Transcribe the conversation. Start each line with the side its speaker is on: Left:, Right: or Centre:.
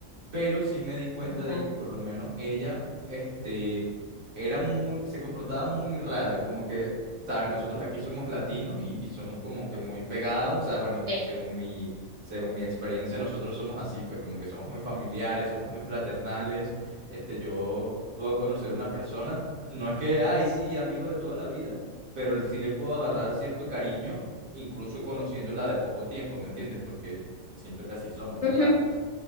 Right: pero sí me di cuenta
Left: Ajá.
Right: de que por lo menos ella, este, era muy, se comportaba muy rara, como que, sabes, nosotros aquí somos latinos y, y somos como que muy pegados, o sea, bueno,
Left: Sí.
Right: según mi, según mi experiencia, nosotros somos así, pues como que somos muy familiares, somos muy fraternales, este, yo puedo conocer una persona, no es que, ay, sí, amigo de toda la vida, pero sí le puedo agarrar cierto cariño, incluso conociéndola de poco tiempo, ¿me entiendes? Porque siento que así somos y
Left: Ujú.
Right: ya, pues.